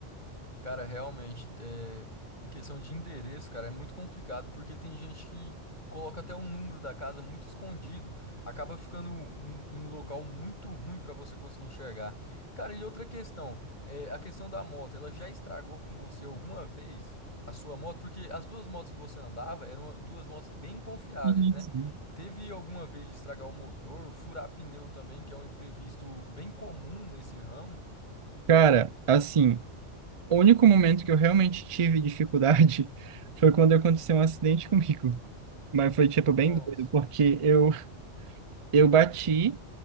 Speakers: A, on the left; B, on the right.
A: Cara, realmente, é, em questão de endereço, cara, é muito complicado, porque tem gente que coloca até o número da casa muito escondido, acaba ficando um, um local muito ruim pra você conseguir enxergar. Cara, e outra questão, é, a questão da moto, ela já estragou com você alguma vez a sua moto? Porque as duas motos que você andava eram duas motos bem confiáveis,
B: Isso.
A: né? Teve alguma vez de estragar o motor, furar pneu também, que é um imprevisto bem comum nesse ramo?
B: Cara, assim, o único momento que eu realmente tive dificuldade <laughs> foi quando aconteceu um acidente comigo. Mas foi, tipo, bem
A: Nossa.
B: doido, porque eu Eu bati